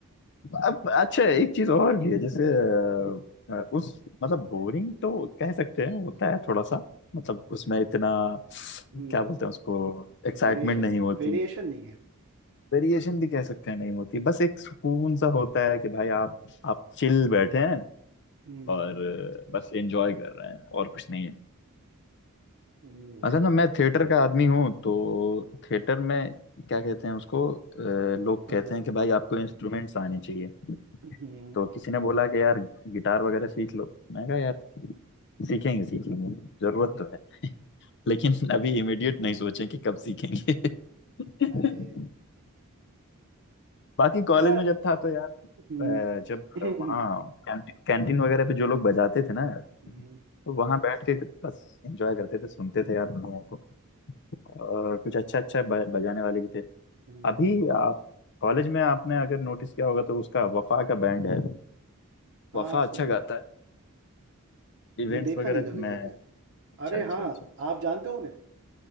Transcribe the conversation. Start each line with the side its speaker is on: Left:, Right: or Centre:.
Left: अब अच्छा एक चीज और भी है जैसे अ, अ, उस मतलब बोरिंग तो कह सकते हैं होता है थोड़ा सा मतलब उसमें इतना
Right: हम्म
Left: क्या बोलते हैं उसको एक्साइटमेंट
Right: वेरिएशन
Left: नहीं होती
Right: वेरिएशन नहीं है
Left: वेरिएशन भी कह सकते हैं नहीं होती बस एक सुकून सा होता है कि भाई आप आप चिल बैठे हैं
Right: हम्म
Left: और अ, बस एंजॉय कर रहे हैं और कुछ नहीं है
Right: हम्म,
Left: असल में मैं थिएटर का आदमी हूँ तो थिएटर में क्या कहते हैं उसको अ, लोग
Right: समझ
Left: कहते
Right: रहा
Left: हैं
Right: हूँ
Left: कि भाई आपको इंस्ट्रूमेंट्स आने चाहिए
Right: हम्म,
Left: तो किसी ने बोला कि यार गिटार वगैरह सीख लो मैं कहा यार सीखेंगे सीखेंगे जरूरत तो है लेकिन अभी इमीडिएट नहीं सोचें कि कब सीखेंगे <laughs>
Right: अरे
Left: बाकी कॉलेज
Right: मेरा
Left: में जब था तो यार
Right: हम्म
Left: अ, जब
Right: हम्म,
Left: वहाँ कैंटीन वगैरह पे जो लोग बजाते थे ना यार
Right: हम्म,
Left: तो वहाँ बैठ के बस एंजॉय करते थे सुनते थे यार दुनिया को और कुछ अच्छा अच्छा ब- बजाने वाले भी थे
Right: हम्म,
Left: अभी आप कॉलेज में आपने अगर नोटिस किया होगा तो उसका वफा का बैंड है
Right: हाँ
Left: वफा
Right: सुना
Left: अच्छा गाता
Right: है
Left: है इवेंट्स
Right: मैंने देखा
Left: वगैरह
Right: नहीं कभी जाके
Left: में अच्छा
Right: अरे
Left: अच्छा
Right: हाँ
Left: अच्छा अच्छा।
Right: आप जानते हो उन्हें